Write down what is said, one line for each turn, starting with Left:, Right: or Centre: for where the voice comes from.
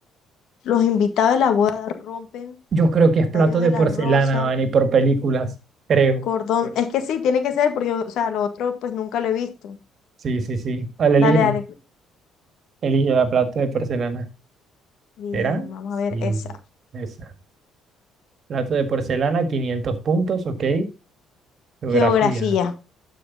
Left: Los invitados de la boda rompen
Right: yo creo que es plato
Left: tallos de
Right: de
Left: la
Right: porcelana,
Left: rosa,
Right: man, y por películas, creo.
Left: cordón. Es que sí, tiene que ser, porque, o sea, lo otro pues nunca lo he visto.
Right: Sí, sí, sí. Vale, elige,
Left: Dale, dale.
Right: elige la plato de porcelana.
Left: Bien,
Right: ¿Era?
Left: vamos
Right: Sí,
Left: a ver esa.
Right: esa. Plato de porcelana, 500 puntos, ok. Geografía.
Left: Geografía,